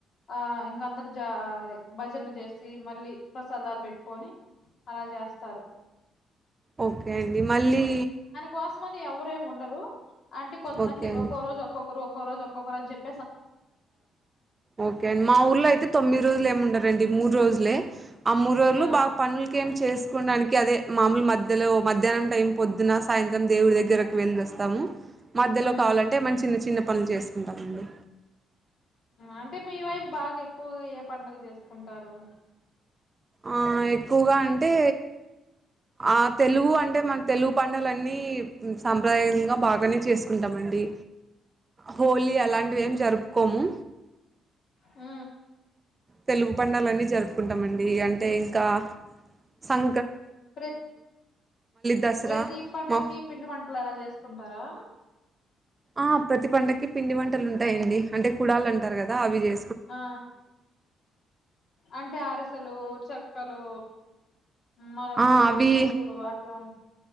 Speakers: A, on the left; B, on the right.
A: ఆ ఇంక అందరు జ భజనలు చేసి మళ్ళీ ప్రసాదాలు బెట్టుకోని అలా జేస్తారు
B: ఓకే అండి మళ్ళీ
A: ఉపాస్మని ఎవరేం ఉండరు అంటే కొంతమంది
B: ఓకే అండి
A: ఒక్కో రోజు ఒక్కొక్కరు ఒక్కరోజు ఒక్కొక్కరు అని జెప్
B: ఓకే అండి మా ఊర్లో అయితే తొమ్మిది రోజులు ఏమిండారండి మూడు రోజులే ఆ మూడు రోజులు
A: ఆ
B: బాగా పనులకి ఏం చేసుకోవడానికి అదే మామూలు మధ్యలో మధ్యాహ్నం టైం పొద్దున సాయంత్రం దేవుడి దగ్గరకి వెల్లోస్తాము మధ్యలో
A: ఉమ్
B: కావాలంటే మన చిన్న చిన్న పనులు చేసుకుంటామండి
A: అంటే మీ వైఫ్ బాగా ఎ ఎక్కువగా ఏ పండగ జెస్ కుంటారు
B: ఆ ఎక్కువగా అంటే ఆ తెలుగు అంటే మన తెలుగు పడుగలన్నీ సాంప్రదాయంగా బాగానే చేసుకుంటామండి హోలీ
A: ఉమ్
B: అలాంటివి ఏం జరుపుకోము
A: ఊ
B: తెలుగు పండలన్నీ జరుపుకుంటామండి అంటే ఇంకా సం
A: ప్రతి
B: దసరా
A: ప్రతి పండుక్కి
B: మా
A: కి పిండి వంటలు ఎలా జేసుకుంటారా
B: ఆ ప్రతి పండకి పిండి వంటలు ఉంటాయండి అంటే కుడాలు అంటారు కదా అవి చే
A: ఆ అంటే అరుసలు చెక్కలు మనుగులు
B: ఆ అవి
A: మురుకులు అట్లా